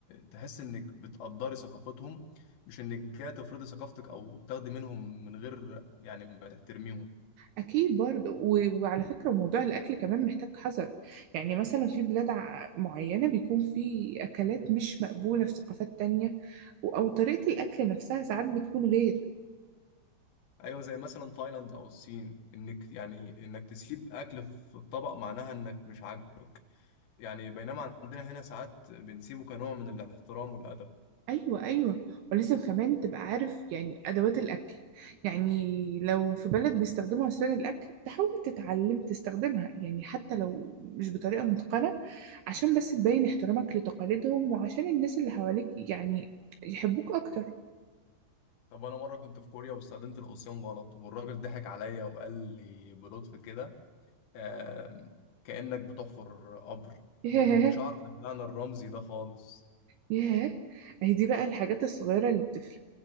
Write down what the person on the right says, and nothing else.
أكيد برضه و- وعلى فكرة موضوع الأكل كمان محتاج حذر يعني مثلا في بلاد ع- معينة بيكون في أكلات مش مقبولة في ثقافات تانية و- أو طريقة الأكل نفسها ساعات بتكون غير
ايوه ايوه ولازم كمان تبقى عارف يعني ادوات الاكل يعني لو في بلد بيستخدموا عصيان الاكل تحاول تتعلم تستخدمها يعني حتى لو مش بطريقه متقنه عشان بس تبين احترامك لتقاليدهم وعشان الناس اللي حواليك يعني يحبوك اكتر
ياه
ياه اهي دي بقى الحاجات الصغيره اللي بتفرق